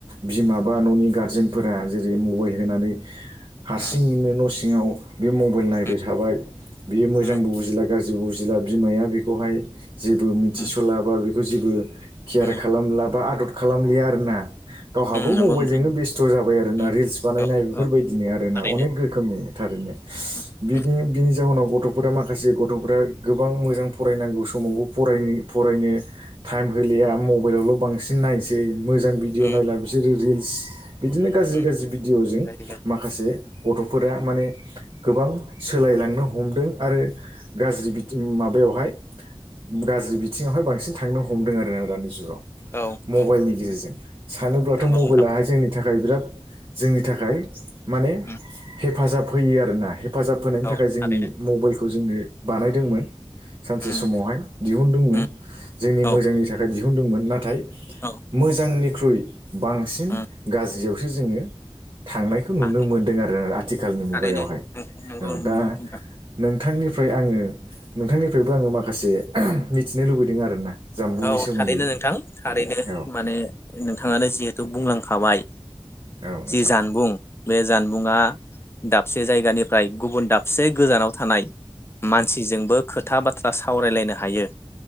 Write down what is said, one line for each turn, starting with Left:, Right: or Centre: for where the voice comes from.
Right: बिमा बा न'नि गारजेन फोरा जेरै मबाइल होनानै हारसिङैनो
Left: उम
Right: न' सि ङाव बे मबाइल नायबाय
Left: उम
Right: थाबाय बियो मोजांबो
Left: उम
Right: बुजिला गाज्रिबो बुजिला बिमाया बेखौहाय जेबो
Left: उम
Right: मिथिस'ला बा बेखौ जेबो केयार
Left: उम
Right: खालामला बा आदद खालामलिया आरोना गावहाबो
Left: उम नंगौ
Right: मबाइलजोंनो
Left: नोंथां
Right: बेस्ट' जाबाय आरो
Left: उम
Right: ना रिलस बानायनाय
Left: औ
Right: बेफोरबायदिनो
Left: औ
Right: आरो
Left: थारैनो
Right: ना अनेख रोखोमनि थारैनो
Left: उम
Right: बिदि बि नि जाउनाव गथ'फोरा माखासे गथ'फोरा गोबां मोजां फरायनांगौ समावबो फरायनो फरायनो टाइम होलिया मबाइलावल' बांसिन नायसै मोजां भिडिअ
Left: उम
Right: नायला बिसोरो रिल्स बिदिनो गाज्रि
Left: उम
Right: गाज्रि भिडदिअ'जों
Left: गाज्रि गाज्रि
Right: माखासे गथ'फोरा माने गोबां सोलायलांनो हमदों आरो गाज्रि बिदि माबा बेवहाय गाज्रि बिथिङावहाय बांसिन थांनो हमदों आरोना दानि जुगाव।
Left: औ
Right: मबाइलनि
Left: नंगौ
Right: गेजेरजों सानोब्लाथ'
Left: नंगौ
Right: मबाइलाहाय
Left: नोंथां
Right: जोंनि थाखाय बिराद जोंनि थाखाय माने
Left: उम
Right: हेफाजाब होयो आरो ना। हेफ फाजाब होनायनि
Left: औ
Right: थाखाय जोंनि
Left: थारैनो
Right: मबाइलखौ जोंनो बानायदोंमोन। सानसे
Left: उम
Right: समावहाय दिहुनदोंमोन
Left: उम
Right: जोंनि
Left: औ
Right: मोजांनि थाखाय दिहुनदोंमोन नाथाय
Left: औ
Right: मोजांनिख्रुइ बांसिन
Left: उम
Right: गाज्रियावसो जोङो थांनायखौ
Left: बाहाय
Right: नुनो मोनदों आरोना आथिखालनि मुगायावहाय
Left: थारैनो नंगौ
Right: औ
Left: नोंथां
Right: दा। नोंथांनिफ्राय आङो नोंथांनिफ्रायबो आङो माखासे मिथिनो लुबैदों आरोना जामबुंनि
Left: औ
Right: सोमोन्दै
Left: थारैनो नोंथां थारैनो
Right: औ
Left: माने नोंथाङानो जिहेथु बुंलांखाबाय
Right: औ नोंथां
Left: जि जानबुं बे जान बुङा दाबसे जायगानिफ्राय गुबुन दाबसे गोजानाव थानाय । मानसिजोंबो खोथा बाथ्रा सावरायलायनो हायो।